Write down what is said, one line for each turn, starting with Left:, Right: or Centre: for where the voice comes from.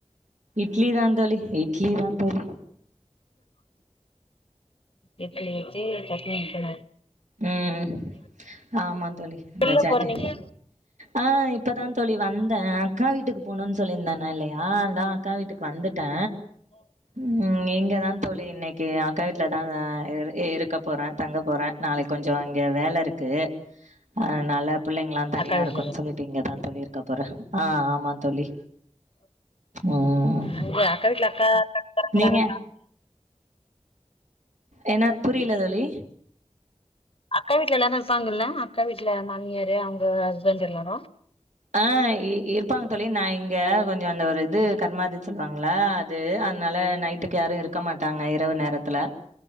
Right: இட்லி தா தோழி இட்லி தா தோழி
Left: இட்லி வெச்சு சட்னி வெக்கணு
Right: உம் ஆமா என்ன
Left: வெளில
Right: சாட்டு
Left: போறீங்களா
Right: ஆஹ் இப்ப தா தோழி வந்தே அக்கா வீட்டுக்கு போனுன் சொல்லிருந்தன்னல்லயா அதா அக்கா வீட்டுக்கு வந்துட்டே உம் இங்க தா தோழி இன்னைக்கு அக்கா வீட்ல <unintelligible> இரு இருக்க போறே தங்க போறே நாளைக் கொஞ்ச இங்க வேல இருக்கு அதனால புள்ளைங்லா தனியா
Left: அக்கா வீட்லயா
Right: இருக்குன் சொல்லிட்டு இங்க தான் தோழி இருக்க போறே ஆஹ் ஆமா தோழி உம்
Left: அங்க அக்கா வீட்ல அக்கா அக்காக்காரங்க
Right: நீங்க
Left: எல்லாரு இருக்காங்க
Right: என்ன புரியல தோழி
Left: அக்கா வீட்ல எல்லாரு இருப்பாங்கல்ல அக்கா வீட்ல மாமியாரு அவங்க ஹஸ்பண்ட் எல்லாரு
Right: ஆஹ் இ இருப்பாங்க தோழி நா இங்க கொஞ்ச அந்த ஒரு இது கர்மாதி சொல்வாங்கல்ல அது அதனால நைட்டுக்கு யாரு இருக்க மாட்டாங்க இரவு நேரத்துல